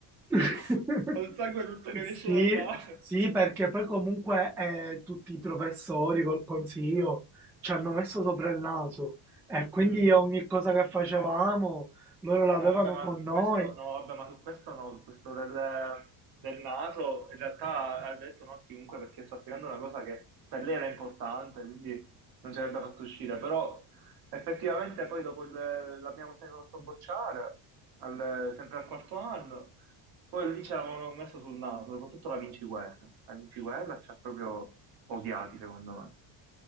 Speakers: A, in the centre; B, on the right.
A: <laughs>
B: <laughs> Col sangue tutto che
A: Sì,
B: mi esce dal naso.
A: sì, perché poi comunque eh, tutti i professori col consiglio ci hanno messo sopra il naso
B: <clears throat>
A: e
B: <laughs>
A: quindi ogni cosa che facevamo loro la
B: No,
A: avevano
B: vabbè, ma
A: con noi
B: questo no, vabbè, ma su questo no, su questo del, del naso, in realtà ha detto no a chiunque perché sta spiegando una cosa che per lei era importante, quindi non ci avrebbe fatto uscire, però effettivamente poi dopo il- la prima volta che sono fatto bocciare, al- sempre al quarto anno, poi lì ce l'avevano messo sul naso, soprattutto la Vinci Guerra, la Vinci Guerra ci ha proprio odiati, secondo me.